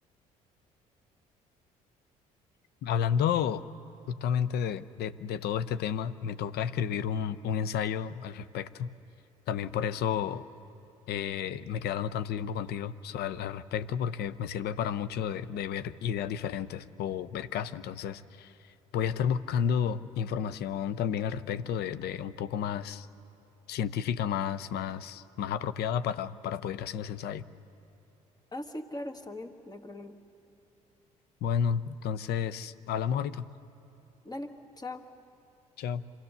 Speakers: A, on the left; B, on the left.
A: Hablando justamente de, de- de todo este tema, me toca escribir un, un ensayo al respecto. También por eso eh, me quedé hablando tanto tiempo contigo so- al, al respecto, porque me sirve para mucho de, de ver ideas diferentes o ver casos. Entonces, voy a estar buscando información también al respecto de, de un poco más científica, más, más, más apropiada para, para poder hacer ese ensayo.
B: Ah, sí, claro, está bien, no hay problema.
A: Bueno, entonces, hablamos ahorita.
B: Dale, chao.
A: Chao.